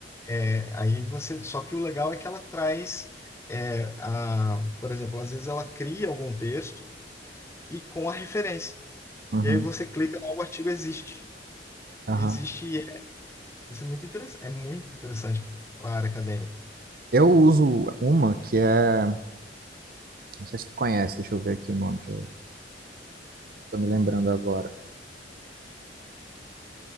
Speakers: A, on the left; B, on the right.
A: é aí você... Só que o legal é que ela traz... É, a, por exemplo, às vezes ela cria algum texto e com a referência.
B: uhum,
A: E aí você clica lá, o artigo existe.
B: aham.
A: E existe, e é- isso é muito interessante, é muito interessante para a área acadêmica.
B: Eu
A: né?
B: uso uma que é. Não sei se tu conhece, deixa eu ver aqui o nome que eu tô me lembrando agora.